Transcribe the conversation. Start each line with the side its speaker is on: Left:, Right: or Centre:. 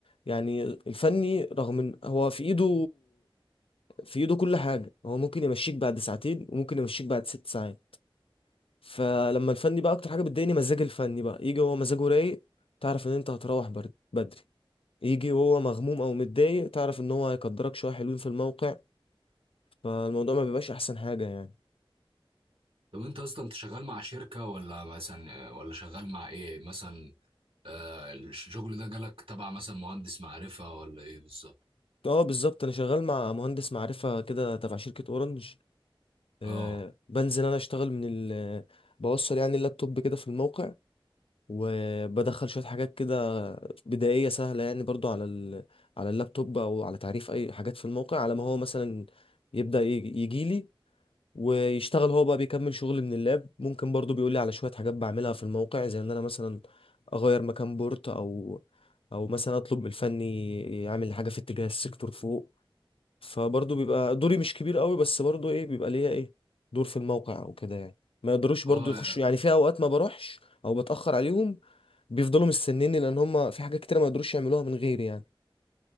Left: يعني الفني رغم ان هو في ايده في ايده كل حاجه هو ممكن يمشيك بعد ساعتين وممكن يمشيك بعد ست ساعات فلما الفني بقى اكتر حاجه بتضايقني مزاج الفني بقى يجي هو مزاجه رايق تعرف ان انت هتروح برد- بدري يجي وهو مغموم او متضايق تعرف ان هو هيقدرك شويه حلوين في الموقع فالموضوع ما بيبقاش احسن حاجه يعني
Right: طب انت اصلا انت شغال مع شركة ولا مثلا ولا شغال مع ايه مثلا آه الشغل ده جالك تبع مثلا مهندس معرفة ولا ايه بالظبط
Left: اه بالظبط انا شغال مع مهندس معرفة كده تبع شركة اورنج آه
Right: اه
Left: بنزل انا اشتغل من ال بوصل يعني اللابتوب كده في الموقع وبدخل شوية حاجات كده بدائية سهلة يعني برضو على ال... على اللابتوب او على تعريف اي حاجات في الموقع على ما هو مثلا يبدأ يجي لي ويشتغل هو بقى بيكمل شغل من اللاب ممكن برضو بيقول لي على شوية حاجات بعملها في الموقع زي ان انا مثلا اغير مكان بورت او او مثلا اطلب من الفني يعمل حاجه في اتجاه السيكتور فوق فبرضه بيبقى دوري مش كبير قوي بس برضه ايه بيبقى ليا ايه دور في الموقع وكده يعني ما يقدروش برضه
Right: اه
Left: يخشوا
Right: آه،
Left: يعني في اوقات ما بروحش او بتأخر عليهم بيفضلوا مستنيني لان هم في حاجات كتير ما يقدروش يعملوها من غيري يعني